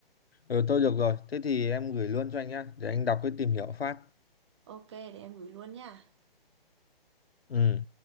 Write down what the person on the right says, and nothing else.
Ok, để em gửi luôn nha.